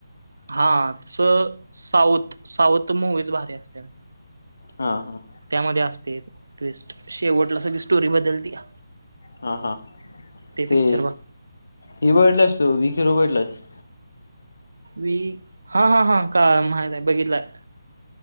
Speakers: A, on the right; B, on the left.
A: हा तसं साऊथ, साऊथ मुवीज भारी असत्यात.
B: हा, हा.
A: त्यामध्ये असते ट्विस्ट शेवटला सगळी स्टोरी बदलतीया.
B: हा हा.
A: पिक्चर
B: ते
A: बघ.
B: हि बघितलायस तू विक हिरो बघितलायस?
A: वी हा, हा, हा. कळाला माहित आहे बघितलाय.